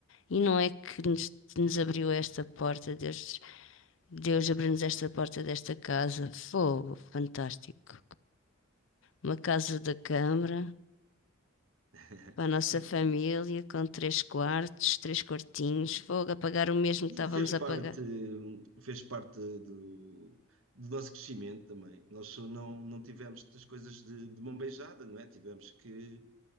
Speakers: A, on the left; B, on the right.
A: e não é que nos, nos abriu esta porta, Deus, Deus abriu-nos esta porta desta casa. Fogo, fantástico. Uma casa da Câmara.
B: <laughs>
A: Para a nossa família, com três quartos, três quartinhos, fogo, a pagar o mesmo que
B: Sim,
A: estávamos
B: fez parte,
A: a pagar.
B: fez parte do, do nosso crescimento também. Nós só não, não tivemos as coisas de, de mão beijada, não é? Tivemos que,